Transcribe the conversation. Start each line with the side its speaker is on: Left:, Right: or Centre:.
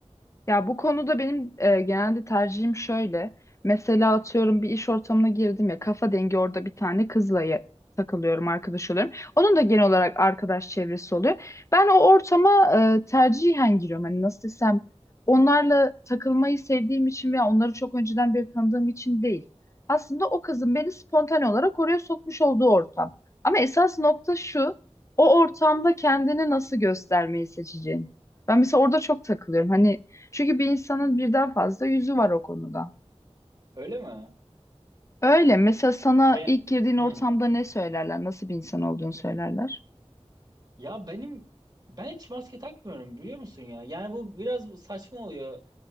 Left: Ya bu konuda benim e, genelde tercihim şöyle. Mesela atıyorum bir iş ortamına girdim ya kafa dengi orada bir tane kızla ye- takılıyorum, arkadaş oluyorum. Onun da genel olarak arkadaş çevresi oluyor. Ben o ortama e, tercihen giriyorum. Hani nasıl desem onlarla takılmayı sevdiğim için veya onları çok önceden beri tanıdığım için değil. Aslında o kızın beni spontane olarak oraya sokmuş olduğu ortam. Ama esas nokta şu, o ortamda kendini nasıl göstermeyi seçeceğin. Ben mesela orada çok takılıyorum. Hani çünkü bir insanın birden fazla yüzü var o konuda.
Right: Öyle mi?
Left: Öyle. Mesela sana
Right: Ben
Left: ilk girdiğin ortamda
Right: hmm.
Left: ne söylerler? Nasıl bir insan olduğunu söylerler?
Right: Ya benim ben hiç maske takmıyorum biliyor musun ya? Yani bu biraz saçma oluyor.